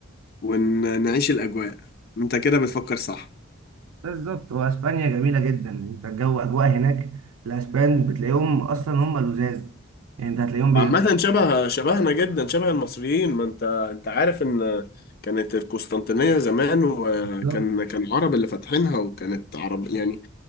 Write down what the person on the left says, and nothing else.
ونعيش الأجواء انت كده بتفكر صح
عامة شبه شبهنا جدا شبه المصريين ما انت انت عارف ان كانت القسطنطينية زمان وكان
كان العرب اللي فاتحينها وكانت عرب يعني